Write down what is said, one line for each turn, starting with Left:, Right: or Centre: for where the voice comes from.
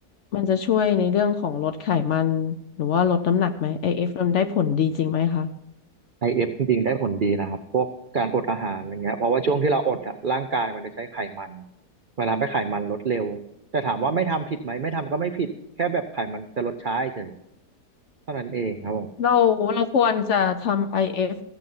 Left: มันจะช่วยในเรื่องของลดไขมันหรือว่าลดน้ำหนักไหม i ฟมันได้ผลดีจริงไหมคะ
Right: IF จริงๆได้ผลดีนะครับพวกการอดอาหารอย่างเงี้ยเพราะว่าช่วงที่เราอดอะร่างกายมันจะใช้ไขมันเวลาไมไขมันลดเร็วแต่ถามว่าไม่ทำผิดไหมไม่ทำก็ไม่ผิดแค่แบบไขมันจะลดช้าเฉยเท่านั้นเองครับผม
Left: เราเราควรจะทำ IF